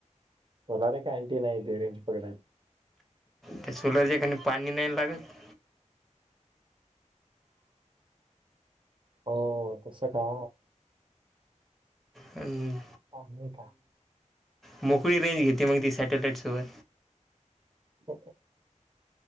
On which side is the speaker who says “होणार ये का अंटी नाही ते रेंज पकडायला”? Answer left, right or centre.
Right